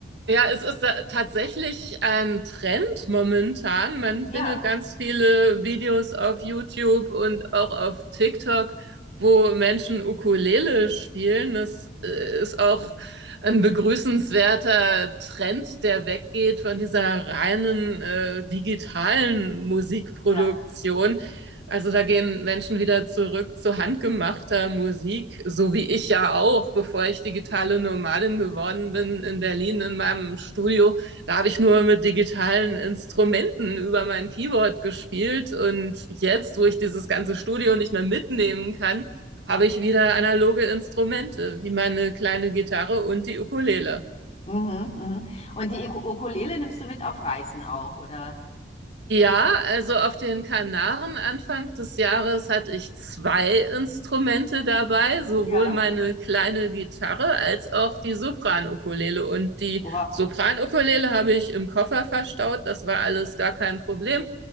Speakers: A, on the right; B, on the left.
A: Ja, es ist da tatsächlich ein Trend momentan. Man findet
B: Ja,
A: ganz viele Videos auf YouTube und auch auf TikTok, wo Menschen Ukulele spielen. Das äh, ist auch ein begrüßenswerter Trend, der weggeht von dieser reinen äh, digitalen Musikproduktion
B: ja.
A: also da gehen Menschen wieder zurück zu handgemachter Musik, so wie ich ja
B: Mhm,
A: auch, bevor ich digitale
B: mhm,
A: Nomadin geworden bin in Berlin in meinem Studio. Da habe ich nur mit digitalen Instrumenten über mein Keyboard gespielt und jetzt, wo ich dieses ganze Studio nicht mehr mitnehmen kann, habe ich wieder analoge Instrumente, wie meine kleine Gitarre und die Ukulele.
B: mhm. mhm. Und die Iku- Ukulele nimmst du mit auf Reisen auch, oder?
A: Ja, also auf den Kanaren Anfang des Jahres hatte ich zwei Instrumente dabei, sowohl
B: Ja.
A: meine kleine Gitarre als auch die Sopranukulele. Und die
B: Wow.
A: Sopranukulele habe ich im Koffer verstaut. Das war alles gar kein Problem.